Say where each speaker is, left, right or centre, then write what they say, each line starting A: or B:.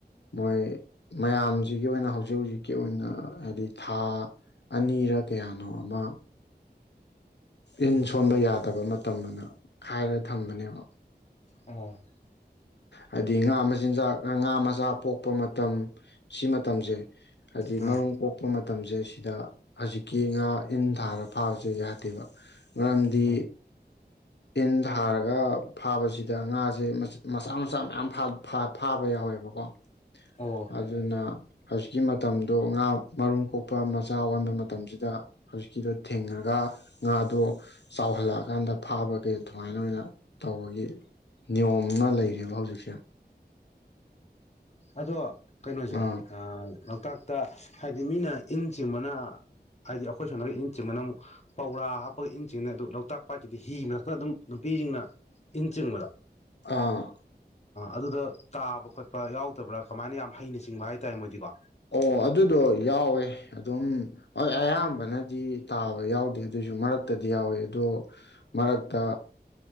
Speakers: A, on the left (about 85°); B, on the left (about 40°).
A: ꯃꯣꯏ ꯃꯌꯥꯝꯁꯤꯒꯤ ꯑꯣꯏꯅ ꯍꯧꯖꯤꯛ ꯍꯧꯖꯤꯛꯀꯤ ꯑꯣꯏꯅ ꯍꯥꯏꯗꯤ ꯊꯥ ꯑꯅꯤꯔ ꯀꯌꯥꯅꯣ ꯑꯃ ꯏꯟ ꯁꯣꯟꯕ ꯌꯥꯗꯕ ꯃꯇꯝ ꯑꯃꯅ ꯍꯥꯏꯔ ꯊꯝꯕꯅꯦꯕ
B: ꯑ
A: ꯍꯥꯏꯗꯤ ꯉꯥ ꯃꯆꯤꯟꯖꯥꯛ ꯉꯥ ꯃꯆꯥ ꯄꯣꯛꯄ ꯃꯇꯝ ꯁꯤ ꯃꯇꯝꯁꯦ ꯍꯥꯏꯗꯤ
B: ꯑꯥ
A: ꯃꯔꯨꯝ ꯀꯣꯛꯄ ꯃꯇꯝꯁꯦ ꯁꯤꯗ ꯍꯧꯖꯤꯛꯀꯤ ꯉꯥ ꯏꯟ ꯊꯥꯔ ꯐꯥꯕꯁꯦ ꯌꯥꯗꯦꯕ ꯃꯔꯝꯗꯤ
B: ꯎꯝ
A: ꯏꯟ ꯊꯥꯔꯒ ꯐꯥꯕꯁꯤꯗ ꯉꯥꯁꯦ ꯃꯆꯥ ꯃꯆꯥ ꯃꯌꯥꯝ ꯐꯥꯕ ꯌꯥꯎꯋꯦꯕꯀꯣ
B: ꯑꯣ
A: ꯑꯗꯨꯅ ꯍꯧꯖꯤꯛꯀꯤ ꯃꯇꯝꯗꯣ ꯉꯥ ꯃꯔꯨꯝ ꯀꯣꯛꯄ ꯃꯆꯥ ꯑꯣꯟꯕ ꯃꯇꯝꯁꯤꯗ ꯍꯧꯖꯤꯛꯀꯤꯗꯣ ꯊꯤꯡꯉꯒ ꯉꯥꯗꯣ ꯆꯥꯎꯍꯜꯂꯛꯑꯀꯥꯟꯗ ꯐꯥꯕꯒꯤ ꯑꯗꯨꯃꯥꯏꯅ ꯑꯣꯏꯅ ꯇꯧꯕꯒꯤ ꯅꯤꯌꯣꯝ ꯑꯃ ꯂꯩꯔꯦꯕ ꯍꯧꯖꯤꯛꯁꯦ
B: ꯑꯗꯣ ꯀꯩꯅꯣꯁꯦ
A: ꯑꯥ
B: ꯑꯑ ꯂꯣꯛꯇꯥꯛꯇ ꯍꯥꯏꯗꯤ ꯃꯤꯅ ꯏꯟ ꯆꯤꯡꯕꯅ ꯍꯥꯏꯗꯤ ꯑꯩꯈꯣꯏ ꯁꯣꯝꯗꯅ ꯏꯟ ꯆꯤꯡꯕꯅ ꯑꯃꯨꯛ ꯄꯧꯔꯥ ꯍꯥꯞꯄꯒ ꯏꯟ ꯆꯤꯡꯅꯩ ꯑꯗꯨ ꯂꯣꯛꯇꯥꯛ ꯄꯥꯠꯀꯤꯗꯤ ꯍꯤ ꯃ ꯃꯔꯛꯇ ꯑꯗꯨꯝ ꯅꯨꯄꯤꯁꯤꯡꯅ ꯏꯟ ꯆꯤꯡꯕꯗꯣ
A: ꯑꯥ
B: ꯑꯗꯨꯗ ꯇꯥꯕ ꯈꯣꯠꯄ ꯌꯥꯎ ꯇꯕ꯭ꯔꯥ ꯀꯃꯥꯏꯅ ꯌꯥꯝ ꯍꯩꯅ ꯆꯤꯡꯕ ꯍꯥꯏꯇꯥꯔꯦ ꯃꯣꯏꯗꯤ ꯀꯣ
A: ꯑꯣ ꯑꯗꯨꯗꯣ ꯌꯥꯎꯋꯦ ꯑꯗꯨꯝ ꯍꯣꯏ ꯑꯌꯥꯝꯕꯅꯗꯤ ꯇꯥꯕ ꯌꯥꯎꯗꯦ ꯑꯣ ꯑꯣ ꯑꯗꯨꯏꯗꯣ ꯌꯥꯎꯋꯦ ꯑꯗꯨꯝ ꯍꯣꯏ ꯑꯌꯥꯝꯕꯅꯗꯤ ꯇꯥꯕ ꯌꯥꯎꯗꯦ ꯑꯗꯣꯏꯁꯨ ꯃꯔꯛꯇꯗꯤ ꯌꯥꯎꯋꯦ ꯑꯗꯣ ꯃꯔꯛꯇ